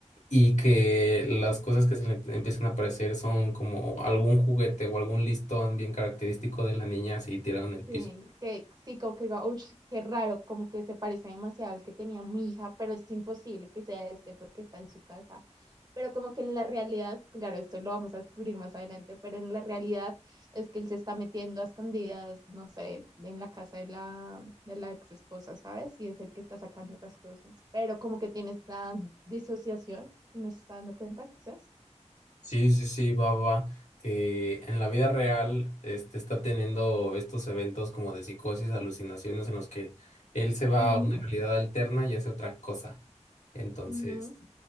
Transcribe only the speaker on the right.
Sí, que sí, como que digo, "Ush, qué raro, como que se parece demasiado al que tenía mi hija, pero es imposible que sea este porque está en su casa. Pero como que en la realidad, claro, esto lo vamos a descubrir más adelante, pero en la realidad es que él se está metiendo a escondidas, no sé, en la casa de la, de la ex esposa, ¿sabes? Y es el que está sacando las cosas. Pero como que tiene esta disociación y no se está dando cuenta, quizás.
Ujú,
ujú,